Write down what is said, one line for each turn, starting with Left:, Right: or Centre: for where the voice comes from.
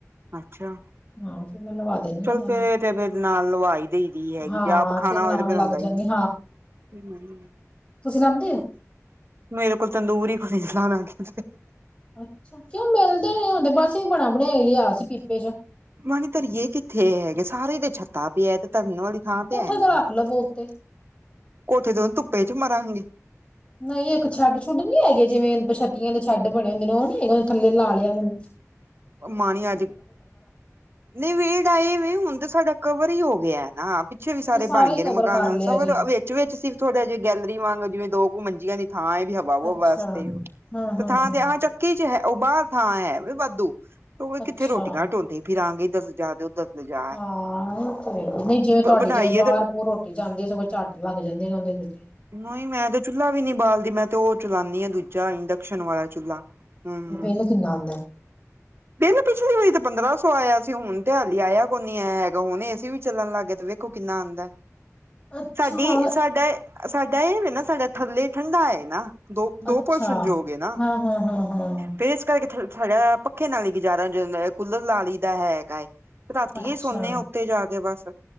Right: ਅੱਛਾ।
Left: ਹਾਂ ਫੇਰ ਮੈਂ ਲਵਾ ਦਿੰਦੀ
Right: ਚੱਲ
Left: ਹਾਂ ਨਾਲ
Right: ਫੇਰ ਏ ਤੇ ਫੇਰ ਨਾਲ ਲਵਾਈ ਦਈ ਦੀ ਹੈਗੀ
Left: ਹਾਂ
Right: ਜੇ ਆਪ ਖਾਣਾ ਹੋਵੇ
Left: ਨਾਲ
Right: ਤੇ ਫੇਰ ਹੁੰਦਾ
Left: ਲੱਗ ਜਾਂਦੀ
Right: ਈ ਏ। ਹੂੰ।
Left: ਤੁਸੀ ਲਾਂਦੇ ਓ?
Right: ਮੇਰੇ ਕੋਲ ਤੰਦੂਰੀ ਕੋਈ ਤੇ ਲਾਨਾ ਕੀ
Left: ਅੱਛਾ। ਕਉਂ ਮਿਲਦੇ ਨੇ ਹੁਨ ਤੇ ਬਸੀ ਵੀ ਬਣਾ ਬਣਾਏਆ ਈ ਲੇਆ ਸੀ ਪੀਪੇ ਚ।
Right: ਨਾਲੇ ਧਰੀਏ ਕਿੱਥੇ ਹੈਗੇ ਸਾਰੇ ਤੇ ਛੱਤਾ ਪੇਆ ਤੇ ਧਰਨ ਵਾਲੀ ਥਾਂ
Left: ਕੋਠੇ
Right: ਹੈ ਨੀ
Left: ਤੇ ਰੱਖ
Right: ਹੈ।
Left: ਲਵੋ ਉੱਤੇ।
Right: ਕੋਠੇ ਤੇ ਹੁਨ ਧੁੱਪੇ ਚ ਮਰਾਂਗੇ।
Left: ਨਈ ਏਕ ਸੈ਼ਡ ਸੁੱਡ ਨੀ ਹੈਗੇ। ਜਿਵੇਂ ਛੱਤੀਆਂ ਦੇ ਸੈ਼ਡ ਬਣੇ ਹੁੰਦੇ ਨੇ ਓ ਨੀ ਹੈਗੇ ਨ ਥੱਲੇ ਲਾ ਲੇਆ ਮਨ
Right: ਓ ਮਾਣੀ ਅੱਜ। ਨਈ ਵੇੜਾ ਇਵੇ ਹੁਨ ਤਾਂ ਸਾਡਾ ਕਵਰ ਈ ਹੋ ਗੇਆ ਨਾ। ਪਿੱਛੇ ਵੀ ਸਾਰੇ
Left: ਅੱਛਾ ਸਾਰਾ
Right: ਬਣ
Left: ਹੀ
Right: ਗੇ ਨੇ
Left: ਕਵਰ
Right: ਮਕਾਨ
Left: ਕਰ ਲਿਆ
Right: ਸ
Left: ਜੇ
Right: ਵਿੱਚ-ਵਿੱਚ ਸੀ ਥੋੜਾ ਜੇ ਗੈਲਰੀ ਵਾਂਗ ਜਿਵੇਂ ਦੋ ਕੁ ਮੰਜੀਆਂ ਦੀ ਥਾਂ ਏ ਵੀ ਹਵ ਵਾਵੋ
Left: ਅੱਛਾ
Right: ਵਾਸਤੇ
Left: ਹਾਂ
Right: ਤੇ
Left: ਹਾਂ
Right: ਥਾਂ
Left: ਹਾਂ
Right: ਤੇ ਆ ਚੱਕੀ ਚ ਹੈ। ਓ ਬਾਰ ਥਾਂ ਹੈ ਵੇ ਵਾਧੂ। ਓਈ
Left: ਅੱਛਾ
Right: ਕਿੱਥੇ ਰੋਟੀਆਂ ਟੌਂਦੇ ਫਿਰਾਂਗੇ। ਦਰ ਜਾ ਤੇ ਓਦਰ ਲਜਾ।
Left: ਹਾਂ, ਓ ਤੇ ਹੈ ਈ ਨਈ ਜਿਵੇਂ ਤੁਆਡੀ
Right: ਬਣਾਈਏ
Left: ਜਿਵੇਂ ਬਾਰ
Right: ਤੇ
Left: ਬੁਰ ਰੋਟੀ ਜਾਂਦੀ ਸਗੋਂ ਚੱਟ ਲੱਗ ਜਾਂਦੇ ਨੇ ਔਂਦੇ ਵਿਚੇ।
Right: ਨਹੂ ਮੈਂ ਤੇ ਚੁੱਲ੍ਹਾ ਵੀ ਨੀ ਬਾਲਦੀ। ਮੈਂ ਤੇ ਓ ਚਲਾਨੀ ਆਂ ਦੂਜਾ ਇੰਡਕਸ਼ਨ ਵਾਲਾ ਚੁੱਲਾ। ਹੂੰ।
Left: ਬਿੱਲ ਕਿੰਨਾ ਆਂਦੇ?
Right: ਬਿੱਲ ਪਿਛਲੀ ਵਾਰੀ ਤੇ ਪੰਦਰਾਂ ਸੌ ਆਏਆ ਸੀ। ਹੁਨ ਤੇ ਹਾਲੀ ਆਏਆ ਕੋ ਨੀ ਐ ਹੈਗਾ। ਹੁਨ ਤੇ ਏਸੀ ਵੀ ਚੱਲਣ ਲੱਗਗੇ ਤੇ ਵੇ ਖੋ ਕਿੰਨਾ ਆਂਦਾ ਐ।
Left: <inaudible> ਅੱਛਾ
Right: ਸਾਡੀ, ਸਾਡਾ, ਸਾਡਾ ਏ ਵੇ ਨਾ ਸਾਡਾ ਥੱਲੇ ਠੰਡਾ ਏ ਨਾ। ਦੋ, ਦੋ
Left: ਅੱਛਾ
Right: ਪੋਰਸ਼ਨ ਜੋ ਹੋਗੇ ਨਾ।
Left: ਹਾਂ ਹਾਂ ਹਾਂ ਹਾਂ
Right: ਤੇ ਏਸ ਕਰਕੇ ਸਾਡਾ ਪੱਖੇ ਨਾਲ ਈ ਗੁਜਾਰਾ ਹੋ ਜਾਂਦਾ ਹੈਗਾ ਏ। ਕੂਲਰ ਲਾ ਲਈ ਦਾ ਹੈਗਾ ਏ। ਰਾਤੀਏ
Left: ਅੱਛਾ
Right: ਸੋਨੇ ਆ ਉੱਤੇ ਜਾ ਕੇ ਬਸ।